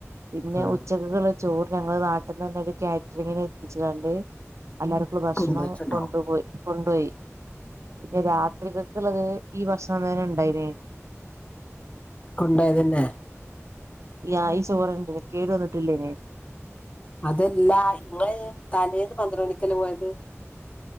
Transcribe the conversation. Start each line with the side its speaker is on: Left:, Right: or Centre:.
Right: പിന്നെ
Left: ആഹ്
Right: ഉച്ചക്ക്ക്കെള്ളെ ‌ ചോറ് ഞങ്ങള് നാട്ട്ന്നന്നെ ഒരു കാറ്ററിങ്ങിന് ഏൽപ്പിച്ചാണ്ട് എല്ലർക്കും ഭക്ഷണം
Left: കൊണ്ടോയിട്ടുണ്ടോ
Right: കൊണ്ടുപോയി കൊണ്ടോയി. പിന്നെ രാത്രികെക്ക്ള്ളത് ഈ ഭക്ഷണം തന്നെ ണ്ടായിന
Left: കൊണ്ടയതന്നെ
Right: യാ ഈ ചോർ <unintelligible> കേടു വന്നിട്ടില്ലേനെ
Left: അതല്ലാ ഇങ്ങള് തലേന്ന് പന്ത്ര മണിക്കല്ലേ പോയത്?